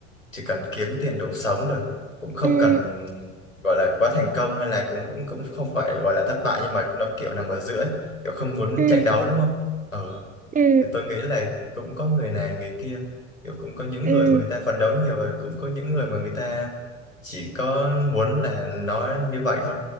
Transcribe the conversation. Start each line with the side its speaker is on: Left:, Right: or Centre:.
Left: chỉ cần kiếm tiền đủ sống rồi cũng không
Right: ừ,
Left: cần gọi là quá thành công hay là cũng cũng cũng không phải gọi là thất bại nhưng mà nó kiểu nằm ở giữa ấy. kiểu không muốn
Right: ừ,
Left: tranh đấu đúng không ờ
Right: ừ,
Left: thì tôi nghĩ là cũng có người này người kia kiểu cũng có những
Right: ừ,
Left: người mà người ta phấn đấu nhiều và cũng có những người mà người ta chỉ có muốn là nó như vậy thôi